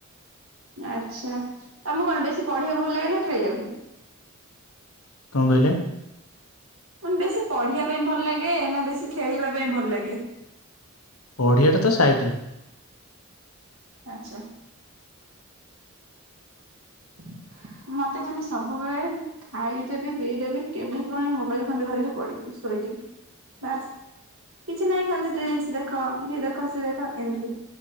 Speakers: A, on the right; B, on the left.
A: ଆଚ୍ଛା ତମକୁ କଣ ବେଶୀ ପଢ଼ିବାକୁ ଭଲ ଲାଗେ ନା ଖେଳିବାକୁ?
B: କଁ କହିଲେ?
A: ମୁଁ କହିନି ବେଶୀ ପଢ଼ିବା ପାଇଁ ଭଲ ଲାଗେ ନା ବେଶୀ ଖେଳିବା ପାଇଁ ଭଲ ଲାଗେ?
B: ପଢ଼ିବାଟା ତ ସାଇଟ୍ ରେ।
A: ଆଚ୍ଛା। <inaudible> ମତେ ଖାଲି ସବୁବେଳେ ଖାଇଦେବି ପିଇଦେବି କେମିତି କଣ ଏ ମୋବାଇଲ ଖଣ୍ଡେ ଧରିକି ପଡିଯିବୁ ଶୋଇଯି ବି ବାସ୍‌ କିଛି ନାଇଁ ଖାଲି ସେଥିରେ ରିଲସ ଦେଖ ଇଏ ଦେଖ ସିଏ ଦେଖ ଏମିତି।